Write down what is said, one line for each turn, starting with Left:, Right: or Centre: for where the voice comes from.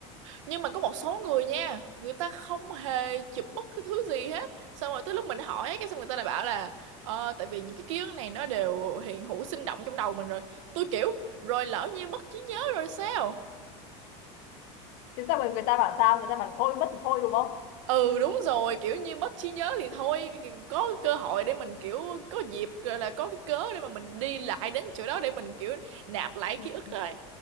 Right: nhưng mà có một số người nha, người ta không hề chụp bất cứ thứ gì hết. Xong rồi tới lúc mình hỏi cái xong người ta lại bảo là ờ, tại vì những cái ký ức này nó đều hiện hữu sinh động trong đầu mình rồi. Tôi kiểu rồi lỡ như mất trí nhớ rồi sao?
Left: thế sao rồi người ta bảo sao người ta bảo thôi mất thì thôi đúng không
Right: ừ đúng rồi kiểu như mất trí nhớ thì thôi cái- cái- có cơ hội để mình kiểu có dịp rồi là có cái cớ để mà mình đi lại đến chỗ đó để mình kiểu nạp lại ký
Left: Ừ.
Right: ức thôi